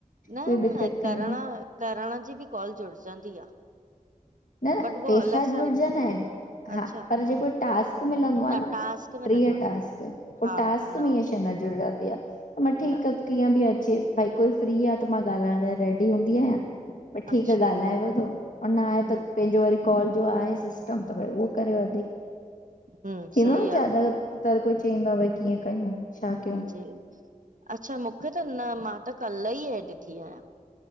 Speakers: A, on the right (about 70°); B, on the left (about 70°).
A: न
B: कोई
A: न,
B: दिक़त
A: करण
B: कान्हे
A: करण जी बि कॉल जुड़जंदी आ
B: न
A: बट उहो
B: पैसा
A: अलॻि सां
B: जुड़जना
A: रिक
B: आहिन। हा,
A: अच्छा
B: पर जेको टास्क मिलंदो आ न
A: टास्क में
B: ट्रीह
A: न जुड़जंदी
B: टास्क
A: आ
B: पो
A: हा
B: टास्क
A: हा न
B: में ईअ शइ न जुड़ंज दी आ, मां ठीकु
A: न
B: आ कीअं बि अचे भई कोई फ्री आहे त मां ॻाल्हाइण लाइ रेडी हूंदी आहियां। ई ठीकु
A: अच्छा
B: ॻाल्हाए धो न आहे
A: हम्म
B: त पंहिंजो वरी कॉल जो आहे सिस्टम त भई उहो करे वे,
A: हम्म
B: थींदो
A: सही
B: आ न ज्यादातर कोई चईंदो आ भई कीअं कयूं। छा कयूं
A: जी, अच्छा, मूंखे त न मां त कल्ह ई एड थी आहियां।